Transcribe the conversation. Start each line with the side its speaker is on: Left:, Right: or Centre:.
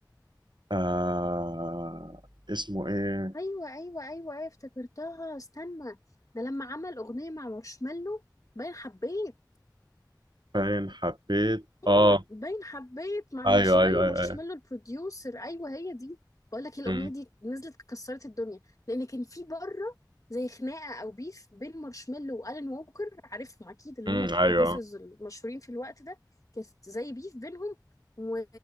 Right: آه اسمه إيه
Left: ايوه ايوه ايوه ايوه افتكرتها استنى ده لما عمل اغنيه مع مارشميلو باين حبيت
Right: فين حبيت
Left: ايوه
Right: اه
Left: باين حبيت مع مارشميلو
Right: ايوه ايوه
Left: مارشميلو
Right: ايوه ايوه
Left: البروديوسر ايوه هي دي بقول لك الاغنيه
Right: امم
Left: دي نزلت كسرت الدنيا لان كان في بره زي خناقه او بيف بين مارشميلو والان ووكر عارفهم اكيد اللي
Right: امم
Left: هم البروديوسرز
Right: ايوه
Left: المشهورين في الوقت ده كانت زي بيف بينهم و...